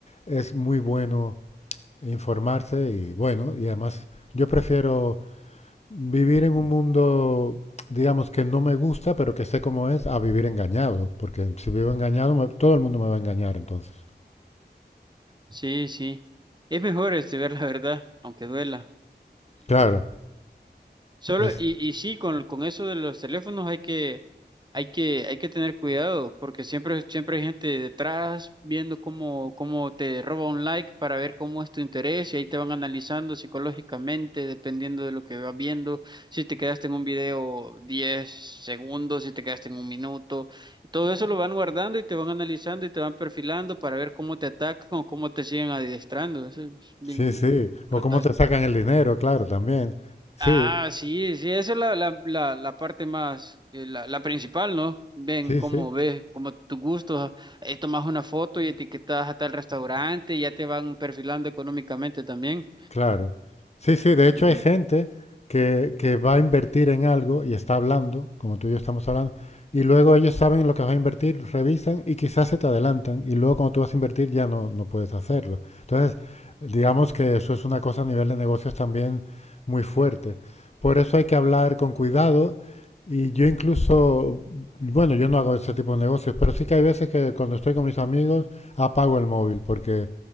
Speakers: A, on the left (about 35°); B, on the right (about 25°).
A: es muy bueno informarse y bueno, y además yo prefiero vivir en un mundo, digamos, que no me gusta, pero que sé cómo es, a vivir engañado, porque si vivo engañado, me- todo el mundo me va a engañar entonces.
B: Sí, sí. Es mejor este ver la verdad, aunque duela.
A: Claro,
B: Solo,
A: es,
B: y, y sí, con, con eso de los teléfonos hay que, hay que, hay que tener cuidado, porque siempre, siempre hay gente detrás viendo cómo, cómo te roba un like para ver cómo es tu interés, y ahí te van analizando psicológicamente, dependiendo de lo que vas viendo, si te quedaste en un video 10 segundos, si te quedaste en un minuto, y todo eso lo van guardando y te van analizando y te van perfilando para ver cómo te atacan o cómo te siguen adiestrando. Eso es bien
A: sí, sí, o
B: brutal.
A: cómo te sacan el dinero, claro, también. Sí,
B: Ah, sí, sí, esa es la, la, la, la parte más, eh, la, la principal, ¿no? Ven
A: sí,
B: cómo
A: sí.
B: ves, cómo tus gustos, eh, tomas una foto y etiquetas a tal restaurante, y ya te van perfilando económicamente también.
A: Claro. Sí, sí, de hecho
B: Ujú,
A: hay gente que, que va a invertir en algo y está hablando, como tú y yo estamos hablando, y luego ellos saben lo que vas a invertir, revisan y quizás se te adelantan, y luego cuando tú vas a invertir ya no, no puedes hacerlo. Entonces, digamos que eso es una cosa a nivel de negocios también muy fuerte. Por eso hay que hablar con cuidado y yo incluso, bueno, yo no hago ese tipo de negocios, pero sí que hay veces que cuando estoy con mis amigos apago el móvil porque